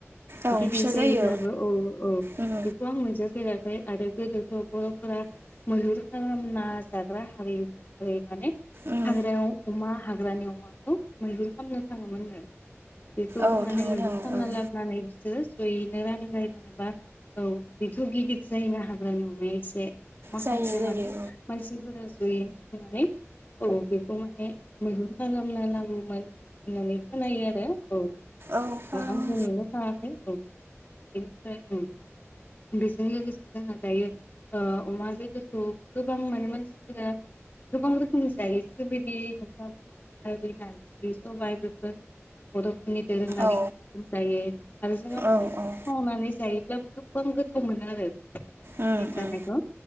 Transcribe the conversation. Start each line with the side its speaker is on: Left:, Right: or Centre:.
Right: औ
Left: गिदिर
Right: फिसा
Left: जायोब्लाबो
Right: जायो
Left: औ औ
Right: उम
Left: बेखौ आं मोनजाफेराखै आरो गोदो बर'फोरा मैहुर खालामना जाग्रा हारि महरै माने
Right: उम
Left: हाग्रायाव अमा हाग्रानि अमाखौ मैहुर खालामनो थाङोमोन। बेखौबो
Right: औ
Left: माने
Right: थाङो
Left: मैहुर
Right: थाङो
Left: खामना
Right: ओं
Left: ला नानै बिसोरो जयैनो रानलाय नोबा औ बेथ' गिदिर जायोना हाग्रानि अमा बेयो एसे माखासे
Right: जायो जायो
Left: माने मानसिफोरा जयै जानानै औ बेखौ माने मैहुर खामना लाबोमोन। होननानै खोनायो आरो औ
Right: औ खालामो
Left: आंथ' नुनो थाङाखै औ। बेनिफ्राय उम बेजों लोगोसे जोंहा दायो ओ अमा बेदरखौ गोबां माने मानसिफोरा गोबां रोखोमनि जायो जिरयबायदि बे नारजि सबाय बेफोर बर'फोरनि दोरोङारि
Right: औ
Left: जायो आरो जोङो
Right: औ
Left: अमाखौ
Right: औ
Left: संनानै जायोब्ला गोबां गोथाव मोनो आरो। अमा संनाय
Right: उम
Left: जानायखौ
Right: उम